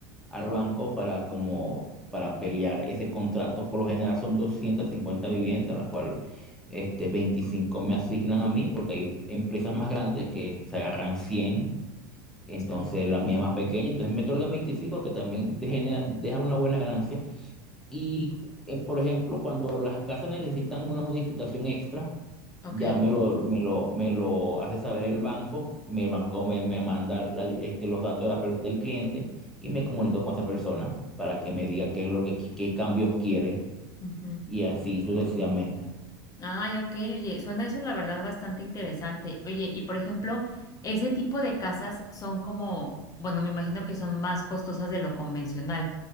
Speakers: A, in the centre; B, on the left.
A: al banco para como para pelear ese contrato. Por lo general son 250 viviendas, la cual este 25 me asignan a mí, porque hay empresas más grandes que se agarran 100, entonces
B: Sí.
A: la mía es más pequeña, entonces me otorgan 25 que también deja deja una buena ganancia. Y, eh, por ejemplo, cuando las casas necesitan una modificación extra,
B: Ok.
A: ya me lo, me lo, me lo hace saber el banco, mi- el banco me, me manda la- este, los datos de la per- del cliente y me comunico con esa persona para que me diga qué es lo que, qui- qué cambios quiere
B: Ujú.
A: y así sucesivamente.
B: Ay, ok, oye, suena eso la verdad bastante interesante. Oye, y por ejemplo, ese tipo de casas son como, bueno, me imagino que son más costosas de lo convencional,